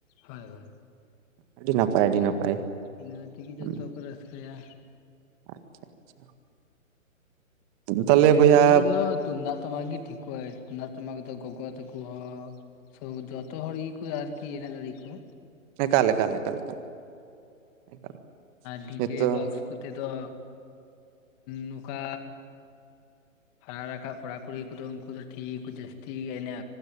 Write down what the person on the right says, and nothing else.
ᱟᱹᱰᱤ ᱱᱟᱯᱟᱭ ᱟᱹᱰᱤ ᱱᱟᱯᱟᱭ
ᱦᱩᱸ,
ᱟᱪᱪᱷᱟ ᱟᱪᱪᱷᱟ᱾ ᱛᱟᱦᱚᱞᱮ
ᱵᱚᱭᱦᱟ
ᱮᱠᱟᱞ ᱮᱠᱟᱞ ᱮᱠᱟᱞ ᱮᱠᱟᱞ
ᱱᱤᱛᱚᱜ